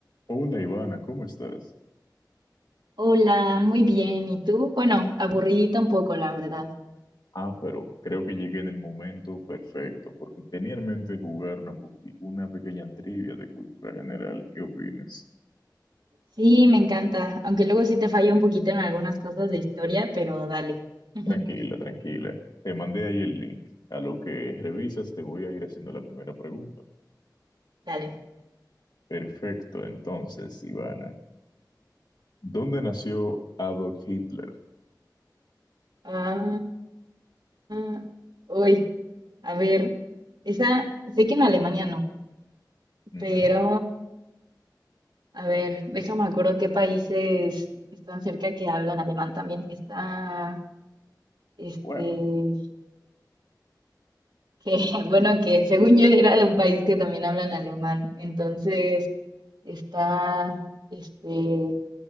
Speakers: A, on the left; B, on the right.
A: Hola Ivana, ¿cómo estás?
B: Hola, muy bien. ¿Y tú? Bueno, aburridita un poco, la verdad.
A: Ah, pero creo que llegué en el momento perfecto, porque tenía en mente jugar una, poqui- una pequeña trivia de cultura general. ¿Qué opinas?
B: Sí, me encanta. Aunque luego sí te fallo un poquito en algunas cosas de historia, pero dale. <laughs>
A: Tranquila, tranquila. Te mandé ahí el link. A lo que revisas te voy a ir haciendo la primera pregunta.
B: Dale.
A: Perfecto, entonces, Ivana. ¿Dónde nació Adolf Hitler?
B: Ah, ah, uy, a ver. Esa, sé que en Alemania no,
A: Ujú.
B: pero a ver, déjame acuerdo qué países están cerca que hablan alemán también. Está, este,
A: Bueno,
B: que, <laughs> bueno, que según yo era de un país que también hablan alemán. Entonces. Está, este,